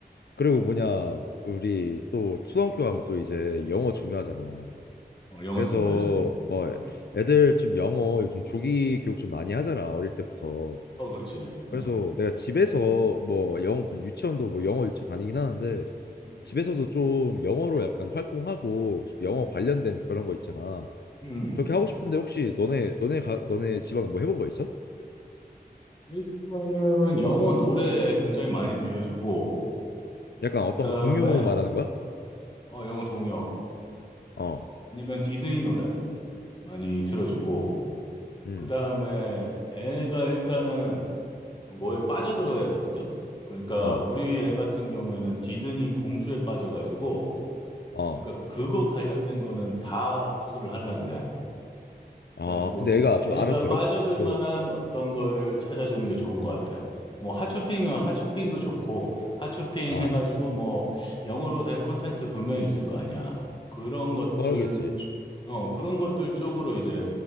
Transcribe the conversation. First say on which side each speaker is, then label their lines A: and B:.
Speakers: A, on the left; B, on the left.
A: 그리고 뭐냐, 우리 또 초등학교 가면 또 이제 영어 중요하잖아.
B: 어, 영어
A: 그래서
B: 중요하지.
A: 어,
B: 어,
A: 애들 좀 영어 요즘 조기 교육 좀 많이 하잖아, 어릴 때부터.
B: 어, 그렇지. 어.
A: 그래서
B: 음,
A: 내가 집에서
B: 음,
A: 뭐 영어 뭐 유치원도 뭐 영어 유치원 다니긴 하는데
B: 음,
A: 집에서도 좀 영어로 약간 활동하고 좀 영어
B: 음.
A: 관련된 그런 거 있잖아.
B: 음.
A: 그렇게 하고 싶은데 혹시 너네 너네 가 너네 집안은 뭐 해본 거 있어?
B: 일단은 영어 노래 굉장히 많이 들려주고,
A: 약간 어떤
B: 그 다음에
A: 거 동요 말하는 거야?
B: 어, 영어 동요
A: 어,
B: 아니면 디즈니 노래 많이 틀어주고,
A: 음,
B: 그 다음에 애가 일단은 뭐에 빠져들어야 되거든? 그러니까
A: 어,
B: 우리 애 같은 경우에는 디즈니 공주에 빠져가지고,
A: 어,
B: 그러니까 그거 관련된 거는 다 흡수를 하려 그래. 그래가지고
A: 아 근데 애가
B: 애가
A: 좀 알아들어?
B: 빠져들
A: 그,
B: 만한 어떤 거를 찾아주는 게 좋은 것 같아. 뭐 핫쇼핑은 핫쇼핑도 좋고 핫쇼핑
A: 어,
B: 해가지고 뭐 영어로 된 콘텐츠 분명히 있을 거 아니야. 그런 것들
A: 그러겠지.
B: 어 그런 것들 쪽으로 이제